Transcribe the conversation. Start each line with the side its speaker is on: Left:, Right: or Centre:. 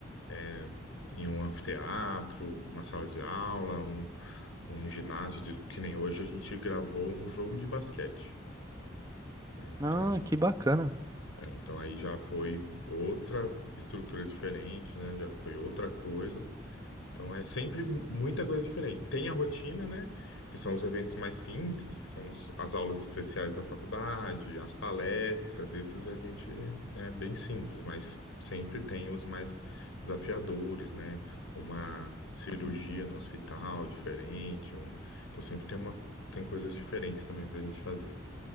Left: é, em um anfiteatro, uma sala de aula, um, um ginásio, de, que nem hoje a gente gravou um jogo de basquete, né? Então,
Right: Ah, que bacana.
Left: é, então aí já foi outra estrutura diferente, né? Já foi outra coisa. Então é sempre mu- muita coisa diferente. Tem a rotina, né? Que são os eventos mais simples, que são os- as aulas especiais da faculdade, as palestras, esses a gente é bem simples, mas sempre tem os mais desafiadores, né? Uma cirurgia no hospital diferente, um... então sempre tem uma tem coisas diferentes também para a gente fazer.